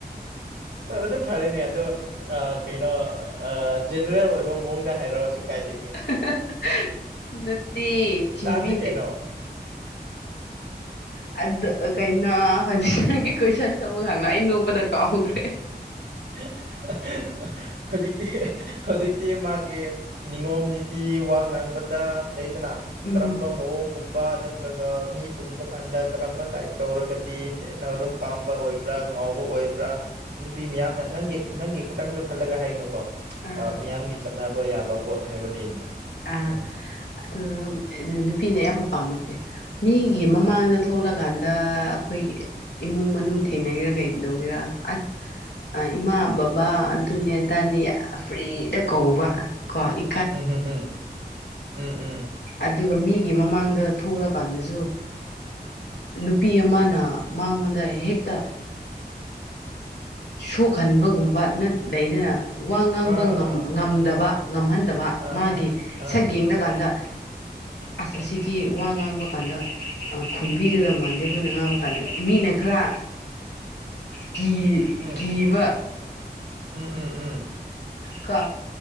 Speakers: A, on the right; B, on the left.
A: ꯑ-ꯑꯗꯨ ꯐꯔꯦꯅꯦ ꯑꯗꯣ ꯀꯩꯅꯣ ꯖꯦꯅꯔꯦꯜ ꯑꯣꯏꯕ ꯃꯑꯣꯡ ꯍꯥꯏꯔꯣꯁꯨ ꯀꯥꯏꯗꯦ ꯀꯩꯅꯣ
B: <unintelligible> ꯅꯠꯇꯦ ꯊꯤꯕꯤꯒ
A: ꯇꯥꯁꯦ ꯀꯩꯅꯣ
B: <unintelligible>
A: <inaudible>
B: ꯑꯗ ꯀꯩꯅꯣ ꯍꯖꯤꯛ ꯅꯪꯒꯤ ꯀꯣꯏꯁꯟꯗ ꯑꯃꯨꯛ ꯍꯪꯅ ꯑꯩ ꯅꯣꯛꯄꯗ ꯀꯥꯎꯈ꯭ꯔꯦ
A: <unintelligible> ꯍꯧꯖꯤꯛꯇꯤ ꯍꯧꯖꯤꯛ ꯇꯤ ꯃꯥꯒꯤ ꯅꯤꯉꯣꯝ ꯅꯤꯇꯤ ꯋꯥ ꯉꯥꯡꯕꯗ ꯂꯩꯗꯅ
B: ꯎꯝ
A: ꯀꯔꯝꯕ ꯃꯑꯣꯡ ꯒꯨꯝꯕ ꯅꯠꯇ꯭ꯔꯒ ꯃꯤ ꯄꯨꯟꯕ ꯀꯥꯟꯗ ꯀꯔꯝꯕ ꯇꯥꯏꯞ ꯇꯧꯔꯒꯗꯤ ꯍꯦꯟꯅ ꯑꯗꯨꯝ ꯄꯥꯝꯕ ꯑꯣꯏꯕ꯭ꯔꯥ ꯉꯥꯎꯕ ꯑꯣꯏꯕ꯭ꯔꯥ ꯅꯨꯄꯤ ꯃꯌꯥꯝ ꯅ ꯅꯪꯒꯤ ꯅꯪꯒꯤ ꯈꯇꯪꯖꯨ ꯈꯜꯂꯒ ꯍꯥꯏꯒꯅꯨꯀꯣ
B: ꯑꯥ
A: ꯑ ꯃꯤꯌꯥꯝꯒꯤ ꯆꯠꯅꯕ ꯌꯥꯕ ꯄꯣꯠ ꯍꯥꯏꯕ ꯂꯩꯗꯅ
B: ꯑꯥ
A: ꯎꯝ
B: ꯑꯗꯣ ꯅꯨꯄꯤꯅ ꯑꯌꯥꯝꯕ ꯄꯥꯝꯃꯁꯦ ꯃꯤꯒꯤ ꯃꯃꯥꯡꯗ ꯊꯣꯛꯂꯀꯥꯟꯗ ꯑꯈꯣꯏꯒꯤ ꯏꯃꯨꯡ ꯃꯅꯨꯡ ꯊꯦꯡꯅꯒꯦꯔꯥ ꯀꯩꯗꯧꯒꯦꯔ ꯑꯁ ꯑ ꯏꯃꯥ ꯕꯕꯥ ꯑꯗꯨꯅꯦ ꯑꯗꯥꯅꯤ ꯑꯥ ꯐ꯭ꯔꯤꯗ ꯀꯧꯕ ꯀꯣ ꯢ
A: ꯎꯝꯍꯨꯝꯍꯨꯝ ꯎꯝ ꯎꯝ
B: ꯑꯗꯨꯒ ꯃꯤꯒꯤ ꯃꯃꯥꯡꯗ ꯊꯣꯛꯂꯀꯥꯟꯗꯖꯨ <unintelligible> ꯅꯨꯄꯤ ꯑꯃꯅ ꯃꯉꯣꯟꯗ ꯍꯦꯛꯇ ꯁꯣꯛꯍꯟꯕꯒꯨꯝꯕ ꯂꯩꯗꯅ ꯋꯥ ꯉꯥꯡꯕ
A: ꯑꯥ ꯑꯥ
B: ꯉꯝꯗꯕ ꯉꯝꯍꯟꯗꯕ
A: ꯑꯥ
B: ꯃꯥꯒꯤ
A: ꯑꯥ ꯑꯥ
B: ꯁꯛ ꯌꯦꯡꯗꯀꯥꯟꯗ ꯑꯁ ꯑꯁꯤꯒꯤ ꯋꯥ ꯉꯥꯡꯕ ꯀꯥꯟꯗ ꯈꯨꯝꯕꯤꯒꯗꯕ ꯃꯥꯟꯗꯦ ꯑꯩꯈꯣꯏꯅ ꯉꯥꯡꯕ ꯀꯥꯟꯗ ꯃꯤꯅ ꯈꯔꯥ
A: <inaudible>
B: ꯀꯤ
A: ꯎꯝ
B: ꯀꯤꯕ
A: ꯎꯝ ꯎꯝ ꯎꯝ
B: ꯀꯣ